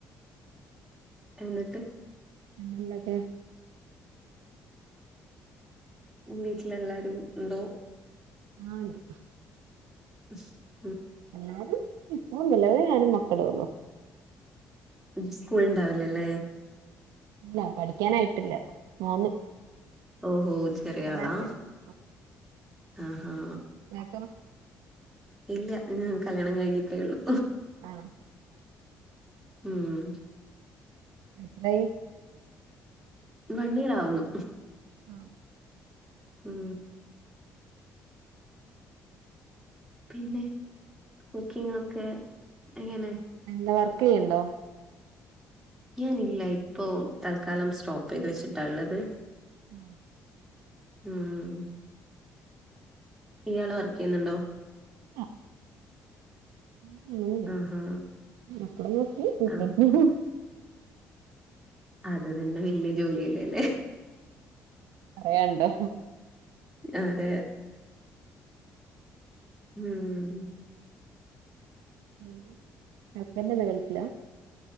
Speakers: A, in the centre; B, on the right.
A: എന്നിട്ട്
B: എന്തല്ലാക്കെ
A: വീട്ടിലെല്ലാരും ഉണ്ടോ
B: ആഹ് ണ്ട്
A: <unintelligible>
B: എല്ലാരും ഇപ്പൊ നിലവിൽ ഞാനും മക്കളേ ഉള്ളു
A: ന്ന് സ്കൂൾ ഉണ്ടാവില്ലല്ലേ
B: ഇല്ല പഠിക്കാനായിട്ടില്ല മോന്
A: ഓഹോ ചെറിയ
B: മൂന്ന്
A: ആളാ
B: വയസ്സായിട്ടുള്ളൂ
A: ആഹ്
B: <unintelligible>
A: ഇല്ല കല്യാണം കഴിഞ്ഞിട്ടേ ഉള്ളൂ
B: ആണോ
A: ഉം
B: എത്രായി
A: വണ്ണിയറാവുന്നു
B: ആഹ്
A: ഉം പിന്നെ കുക്കിംഗ് ഒക്കെ എങ്ങനെ
B: എന്താ വർക്ക് ചെയ്യ്ണ്ടോ
A: ഞാനില്ല ഇപ്പൊ തൽക്കാലം സ്റ്റോപ്പ് ചെയ്ത് വെച്ചിട്ടാള്ളത്
B: ആഹ്
A: ഉം ഇയാള് വർക്കെയ്യുന്നുണ്ടോ
B: അഹ് <unintelligible>
A: ആഹാ ആഹ് അത് തന്നെ വല്യ ജോലിയല്ലേല്ലെ
B: പറയാണ്ടോ
A: അതെ അതേ ഉം
B: പിന്നെ ഹസ്ബെന്റെന്താ ഗൾഫിലാ